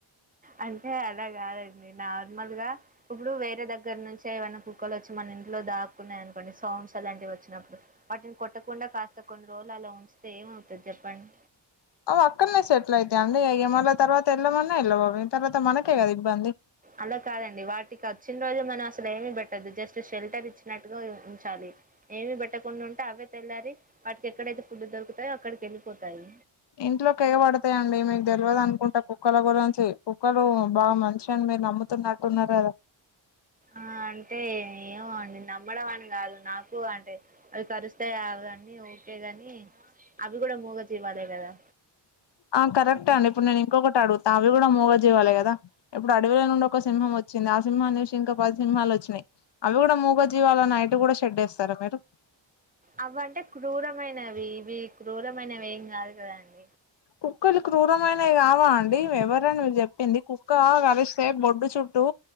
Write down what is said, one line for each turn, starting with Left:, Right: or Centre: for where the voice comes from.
Right: అంటే అలా కాదండి నార్మల్ గా ఇప్పుడు వేరే దగ్గర నుంచి ఏవన్నా కుక్కలు వచ్చి మన ఇంట్లో దాక్కున్నాయి అనుకోండి సౌండ్స్ అలాంటివి వచ్చినప్పుడు వాటిని కొట్టకుండా కాస్త కొన్ని రోజులు అలా ఉంచితే ఏమవుతాది చెప్పండి
Left: అవి అక్కన్నే సెటిల్ అయితాయండి అవి మళ్ళ తర్వాత వెళ్ళమన్నా వెళ్ళావు అవి తర్వాత మనకే కదా ఇబ్బంది
Right: అలా కాదండి వాటికి వచ్చిన రోజే మనం అసలు ఏమి పెట్టదు జస్ట్ షెల్టర్ ఇచ్చినట్టుగా ఉంచాలి ఏమి పెట్టకుండా ఉంటే అవే తెల్లారి వాటికి ఎక్కడైతే ఫుడ్ దొరుకుతాయో అక్కడికి వెళ్ళిపోతాయి
Left: ఇంట్లోకి ఎగబడతాయిండి మీకు తెలవదు అనుకుంటా కుక్కల గురించి కుక్కలు బాగా మంచి అని మీరు నమ్ముత నమ్ముతున్నట్టు ఉన్నారు కదా
Right: ఆ అంటే ఏమో అండి నమ్మడం అని కాదు నాకు అంటే అవి కరుస్తాయి కదండి ఓకేగాని అవి కూడా మూగజీవాలే కదా
Left: ఆ కరెక్టే అండి ఇప్పుడు నేను ఇంకొకటి అడుగుతా అవి కూడా మూగజీవాలే కదా ఇప్పుడు అడవిలో నుండి ఒక సింహం వచ్చింది ఆ సింహాన్ని చూసి ఇంకా పది సింహలు వచ్చినాయి అవి కూడా మూగ జీవాలని అటికి కూడా షెడ్ యేస్తారా మీరు
Right: అవి అంటే క్రూరమైనవి ఇవి క్రూరమైనవి ఏం కాదు కదండి
Left: కుక్కలు క్రూరమైనవి కావా అండి ఎవరండి మీకు చెప్పింది కుక్క కరిస్తే బొడ్డు చుట్టూ